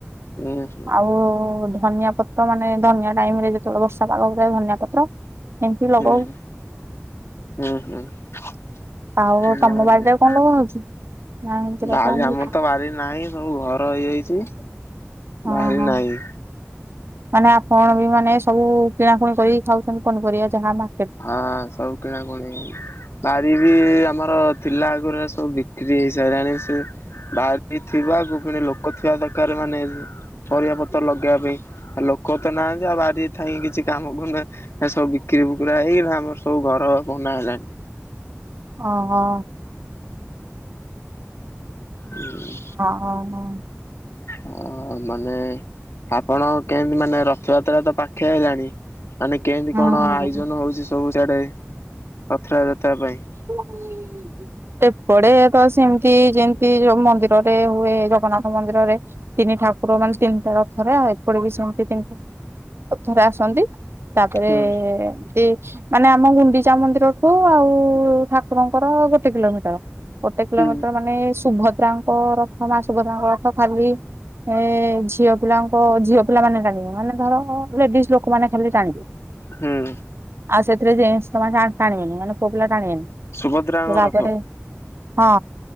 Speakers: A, on the left; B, on the right.
A: ଉଁ <inaudible>
B: ଆଉ ଧନିଆ ପତ୍ର ମାନେ ଧନିଆ ଟାଇମ ରେ ଯେତେବେଳେ ବର୍ଷା ପାଗ ହୁଏ ଧନିଆ ପତ୍ର। ଏମତି ଲଗଉ।
A: ହୁଁ। ହୁଁ ହୁଁ <unintelligible>
B: ଆଉ ତମ ବାଡିରେ କଣ ଲଗା ହଉଛି ନା ଏମିତି ଲଗା
A: ବାରି
B: ହଉନି?
A: ଆମର ତ ବାରି ନାହିଁ ସବୁ ଘର ହେଇଯାଇଛି
B: ହଁ
A: ବାହାରି
B: ହଁ।
A: ନାହିଁ।
B: ମାନେ ଆପଣ ବି ମାନେ ସବୁ କିଣାକୁଣି କରି ଖାଉଛନ୍ତି ପନିପରିବା ଯାହା ମା
A: ହଁ ସବୁ କିଣାକୁଣି। ବାରି ବି ଆମର ଥିଲା ଆଗରୁ ସବୁ ବିକ୍ରି ହେଇସାରିଲାଣି ସେ ବାରି। ଏଇ ଥିବାକୁ ପୁଣି ଲୋକ ଥିବା ଦରକାର ମାନେ ପରିବା ପତ୍ର ଲଗ ପାଇଁ ଆଉ ଲୋକ ତ ନାହାନ୍ତି ଆଉ ବାରିରେ ଥାଇ କିଛି କାମ କରୁନା ସବୁ ବିକ୍ରି ପୁରା ହେଇଗଲା ଆମର ସବୁ ଘର ପୁଉନା ହେଲାଣି।
B: ଓ ହଁ
A: ହୁଁ
B: ହଁ ହଁ
A: ହ ମାନେ ଆପଣ କେମିତି ମାନେ ରଥଯାତ୍ରା ତ ପାଖେଇ ଆଇଲାଣି। ମାନେ କେମିତି
B: ଅ
A: କଣ
B: ହଁ।
A: ଆୟୋଜନ ହଉଛି ସବୁ ସିଆଡେ ରଥ ଯାତ୍ରା ପାଇଁ
B: ହୁଁ ଏପଡେ ତ ସେମିତି ଯେମିତି ଯୋଉ ମନ୍ଦିରରେ ହୁଏ ଜଗନ୍ନାଥ ମନ୍ଦିରରେ ତିନି ଠାକୁର ମାନେ ତିନିଟା ରଥରେ ଆଉ ଏପଟେ ବି ସେମତି ତିନିଟା ରଥରେ ଆସନ୍ତି। ତାପରେ
A: ହୁଁ
B: ଏମତି ମାନେ ଆମ ଗୁଣ୍ଡିଚା ମନ୍ଦିରକୁ ଆଉ ଠା କୁରଙ୍କର ଗୋଟେ କିଲୋମିଟର ଗୋଟେ କିଲୋମିଟର
A: ହୁଁ
B: ମାନେ ଶୁଭ ରାଙ୍କ ରଥ ମା ସୁଭଦାଙ୍କ ରଥ ଖାଲି। ଏ ଝିଅ ପିଲାଙ୍କ ଝିଅ ପିଲାମାନେ ଟାଣିବେ ମାନେ ଧର ଲେଡିସ ଲୋକମାନେ ଖାଲି ଟାଣିବେ।
A: ହୁଁ
B: ଆଉ ସେଥିରେ ଜେନେଷ ତ ମାନେ ଟାଣିବନି ମାନେ ପୁଅପିଲା ଟାଣିବନି।
A: ସୁଭଦ୍ରାଙ୍କ
B: ରାଗଡେ
A: ରଥ
B: ହଁ।